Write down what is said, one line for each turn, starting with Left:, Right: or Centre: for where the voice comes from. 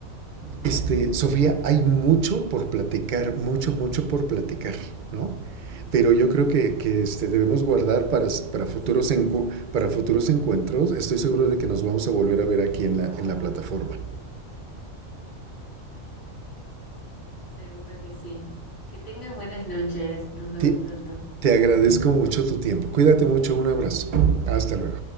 Right: Este, Sofía, hay mucho por
Left: Sí,
Right: platicar, mucho,
Left: sí, sí.
Right: mucho por platicar, ¿no? Pero yo creo que, que este, debemos guardar para,
Left: Sí,
Right: para, futuros
Left: seguro
Right: encu
Left: que sí.
Right: para futuros encuentros. Estoy seguro de que nos vamos a volver a ver aquí en la, en la plataforma.
Left: Seguro que sí. Que tengas buenas noches. Nos vemos
Right: Te,
Left: pronto.
Right: te agradezco mucho tu tiempo. Cuídate mucho. Un abrazo. Hasta luego.